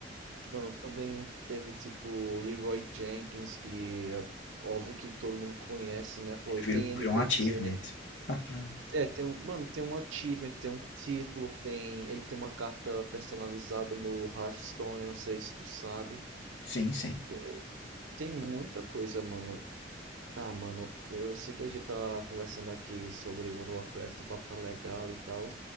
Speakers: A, on the right; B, on the left.
A: Mano, também teve, tipo, Leroy Jenkins, que é óbvio que todo mundo conhece, né, pô,
B: É, virou
A: tem
B: virou
A: NPC
B: um achievement. <laughs>
A: É, tem um, mano, tem um achievement, tem um título, tem, ele tem uma carta personalizada no Hearthstone, não sei se tu sabe.
B: Sim, sim.
A: Tem, tem muita coisa, mano. Ah, mano, eu sei que a gente tá conversando aqui sobre World of Warcraft, o papo tá legal e tal,